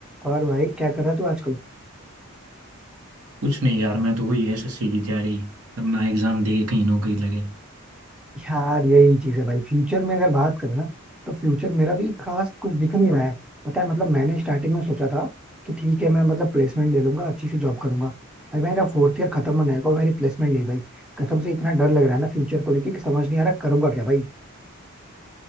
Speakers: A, in the centre; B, on the right.
A: और भाई क्या कर रहा तू आजकल
B: कुछ नहीं यार मैं तो वही एसएससी की तैयारी अपना एग्जाम दे के कहीं नौकरी लगे
A: यार यही चीज है भाई फ्यूचर में अगर बात करें ना तो फ्यूचर मेरा भी खास कुछ दिख नहीं रहा है पता है मतलब मैंने स्टार्टिंग में सोचा था कि ठीक है मैं मतलब प्लेसमेंट ले लूंगा अच्छी सी जॉब करूंगा अरे मेरा फोर्थ ईयर खत्म होने आएगा और मेरी प्लेसमेंट नहीं भाई कसम से इतना डर लग रहा है ना फ्यूचर को लेके कि समझ नहीं आ रहा करूंगा क्या भाई